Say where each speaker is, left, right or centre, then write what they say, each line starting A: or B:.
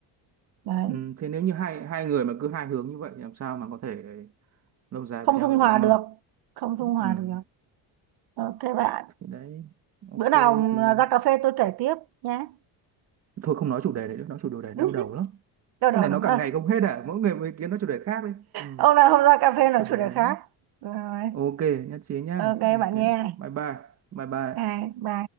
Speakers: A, on the right (about 55°); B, on the right (about 35°).
A: đấy
B: ừ. thế nếu như hai hai người mà cứ hai hướng như vậy thì làm sao mà có thể lâu dài
A: không
B: với nhau
A: dung
B: được
A: hòa
B: đúng
A: được
B: không
A: không dung hòa
B: ừ,
A: được ok bạn
B: thì đấy ok
A: bữa nào
B: thì
A: à, ra cà phê tôi kể tiếp nhé
B: thôi không nói chủ đề này nữa nói chủ đề này đau
A: <laughs>
B: đầu lắm
A: đau đầu
B: cái này
A: lắm
B: nó càng
A: à
B: ngày không hết à mỗi người một ý kiến nói chủ đề khác đi ừ.
A: ông nào không ra cà phê nói
B: chủ đề
A: chủ đề
B: đấy
A: khác. Rồi.
B: Ok, nhất trí nhá.
A: Ok
B: Ok,
A: bạn nghe này.
B: bye bye, bye bye.
A: Hai, ba.